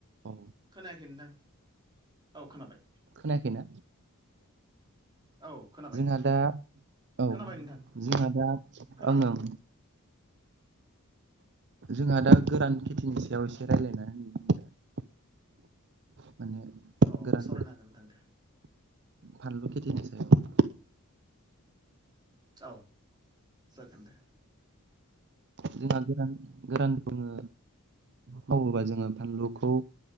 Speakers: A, on the right (about 50°); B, on the right (about 20°).
A: औ
B: खोनायाखै नोंथां। औ खोनाबाय।
A: खोनायाखैना?
B: औ खोनाबाय
A: जोंहा दा औ
B: खोनाबाय नोंथां
A: जोंहा दा
B: खोनादों
A: ओं ओं जोंहा दा गोरान खेथिनि सायाव एसे रायलायना होनि बुंदो माने
B: औ
A: गोरान
B: सावरायनो हागोन नोंथां दे
A: फानलु खेथिनि सायाव
B: औ जागोन दे
A: जोंहा गोरान गोरान बुङो मावोबा जोङो फानलुखौ